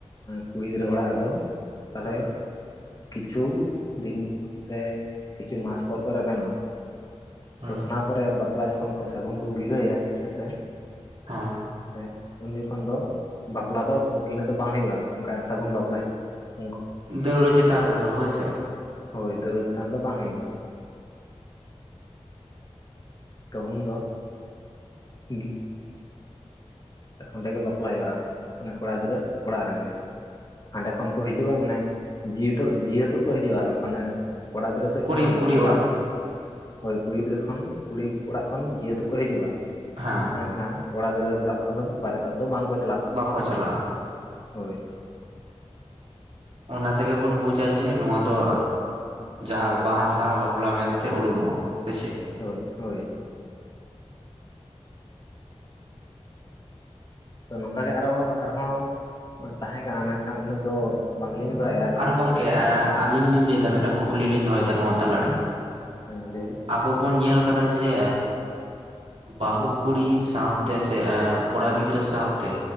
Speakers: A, on the left (about 35°); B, on the right (about 60°).
A: ᱠᱩᱲᱤ ᱜᱤᱫᱽᱨᱟᱹ ᱚᱲᱟᱜ ᱨᱮᱫᱚ ᱛᱟᱦᱚᱞᱮ
B: ᱦᱩᱸ
A: ᱠᱤᱪᱷᱩ ᱫᱤᱱ ᱥᱮ ᱠᱤᱪᱷᱩ ᱢᱟᱥ ᱯᱚᱨ ᱠᱚᱨᱮ ᱵᱮᱵᱮᱹᱱᱚᱜᱼᱟ
B: ᱦᱩᱸ
A: ᱛᱚ ᱚᱱᱟ ᱯᱚᱨᱮ ᱵᱟᱯᱞᱟ ᱡᱚᱠᱷᱚᱱ ᱥᱟᱹᱜᱩᱱ ᱠᱚ ᱜᱤᱨᱟᱹᱭᱟ ᱦᱮᱸᱥᱮ
B: ᱦᱮᱸ
A: ᱛᱟᱦᱚᱞᱮ ᱩᱱ ᱡᱚᱠᱷᱚᱱ ᱫᱚ ᱵᱟᱯᱞᱟ ᱫᱚ ᱩᱱᱠᱤᱱᱟᱜ ᱫᱚ ᱵᱟᱝ ᱦᱩᱭᱩᱜᱼᱟ ᱚᱱᱠᱟ ᱥᱟᱹᱜᱩᱱ ᱵᱟᱯᱞᱟ ᱦᱤᱥᱟᱹᱵ ᱛᱮ
B: ᱫᱟᱹᱣᱲᱟᱹ ᱪᱮᱛᱟᱱ ᱨᱮᱫᱚ ᱦᱮ ᱥᱮ
A: ᱦᱳᱭ ᱫᱟᱹᱣᱲᱟᱹ ᱪᱮᱛᱟᱱ ᱨᱮᱫᱚ ᱵᱟᱝ ᱦᱩᱭᱩᱜᱼᱟ ᱛᱚ ᱩᱱᱫᱚ ᱜᱤ ᱚᱸᱰᱮᱜᱮ ᱵᱟᱯᱞᱟ ᱦᱩᱭᱩᱜᱼᱟ ᱢᱟᱱᱮ ᱠᱚᱲᱟ ᱜᱤᱫᱽᱨᱟᱹ ᱚᱲᱟᱜ ᱨᱮᱜᱮ ᱦᱟᱸᱰᱮ ᱠᱷᱚᱱ ᱠᱚ ᱦᱤᱡᱩᱜᱼᱟ ᱢᱟᱱᱮ ᱩᱱᱮ ᱡᱤᱭᱟᱹᱛ ᱫᱚ ᱡᱤᱭᱟᱹᱛ ᱠᱚ ᱦᱤᱡᱩᱜᱼᱟ ᱢᱟᱱᱮ ᱠᱚᱲᱟ ᱜᱤᱫᱽᱨᱟᱹ ᱥᱮᱮᱫ
B: ᱠᱩᱲᱤ
A: ᱠᱷᱚᱱ ᱫᱚ
B: ᱠᱩᱲᱤ ᱚᱲᱟᱜ
A: ᱵᱟᱨ ᱦᱳᱭ ᱠᱩᱲᱤ ᱜᱤᱫᱽᱨᱟᱹ ᱠᱷᱚᱱ ᱠᱩᱲᱤ ᱚᱲᱟᱜ ᱠᱷᱚᱱ ᱡᱮᱦᱩ ᱛᱚ ᱠᱚ ᱦᱤᱡᱩᱜᱼᱟ
B: ᱦᱮᱸ
A: ᱢᱮᱱᱠᱷᱟᱱ ᱠᱚᱲᱟ ᱜᱤᱫᱽᱨᱟᱹ ᱚᱲᱟᱜ ᱠᱷᱚᱱ ᱫᱚ ᱵᱟᱨᱮᱛᱚᱜ ᱫᱚ ᱵᱟᱝ ᱠᱚ
B: ᱵᱟᱠᱚ ᱪᱟᱞᱟᱜᱼᱟ
A: ᱦᱳᱭ
B: ᱚᱱᱟ ᱛᱮᱜᱮ ᱵᱚᱱ ᱵᱩᱡᱟ ᱡᱮ ᱱᱚᱣᱟ ᱫᱚ ᱡᱟᱦᱟᱸ ᱵᱟᱦᱟ ᱥᱟᱶ ᱵᱟᱯᱞᱟ ᱢᱮᱱᱛᱮ ᱩᱨᱩᱢᱚᱜᱼᱟ ᱥᱮ ᱪᱮᱫ
A: ᱦᱳᱭ ᱦᱳᱭ ᱛᱚ ᱱᱚᱝᱠᱟ ᱜᱮ ᱟᱨᱦᱚᱸ ᱛᱟᱦᱮᱸ ᱠᱟᱱᱟ ᱢᱮᱱᱠᱷᱟᱱ ᱩᱱᱟᱹᱜ ᱫᱚ ᱵᱟᱝᱞᱤᱧ ᱵᱟᱲᱟᱭᱟ ᱟᱹᱞᱤᱧ
B: ᱟᱨ
A: ᱦᱚᱸ
B: ᱜᱚᱢᱠᱮ ᱟᱞᱤᱧ ᱞᱤᱧ ᱞᱟᱹᱭ ᱮᱫᱟ ᱢᱤᱫᱴᱟᱝ ᱠᱩᱠᱞᱤ ᱞᱤᱧ ᱫᱚᱦᱚᱭᱮᱫᱟ ᱱᱚᱣᱟ ᱛᱟᱞᱟᱨᱮ
A: ᱦᱮᱸ ᱞᱟᱹᱭ ᱵᱤᱱ
B: ᱟᱵᱚ ᱵᱚᱱ ᱧᱮᱞ ᱠᱟᱫᱟ ᱡᱮ ᱵᱟᱹᱦᱩ ᱠᱩᱲᱤ ᱥᱟᱶᱛᱮ ᱥᱮ ᱠᱚᱲᱟ ᱜᱤᱫᱽᱨᱟᱹ ᱥᱟᱶᱛᱮ